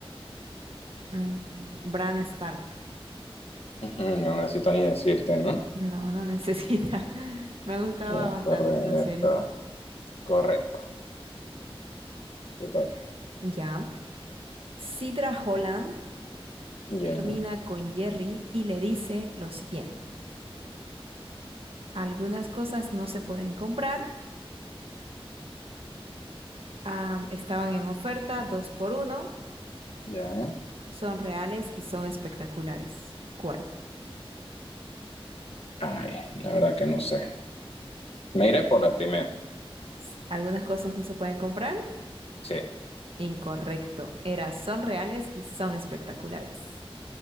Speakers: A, on the right (about 65°); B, on the left (about 75°).
A: Mm, Bran Stark.
B: Ujú, No necesito ni decirte, ¿no?
A: No, no necesita. <laughs> Me gustaba
B: Ya,
A: bastante
B: correcto.
A: esa serie.
B: Correcto. Te toca.
A: Ya. Sidra Holland
B: Ya,
A: termina con Jerry y le dice lo siguiente. Algunas cosas no se pueden comprar. am, estaban en oferta, dos por uno.
B: ya.
A: Son reales y son espectaculares. ¿Cuál?
B: Ay, la verdad que no sé. Me iré por la primera.
A: S- Algunas cosas no se pueden comprar.
B: Sí.
A: Incorrecto. Era son reales y son espectaculares.